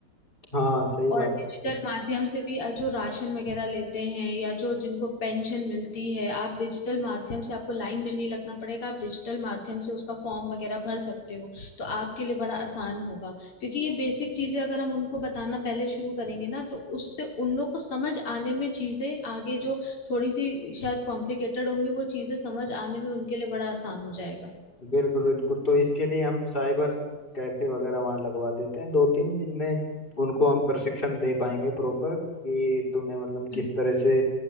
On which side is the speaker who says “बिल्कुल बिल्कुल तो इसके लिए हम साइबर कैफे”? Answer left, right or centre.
Left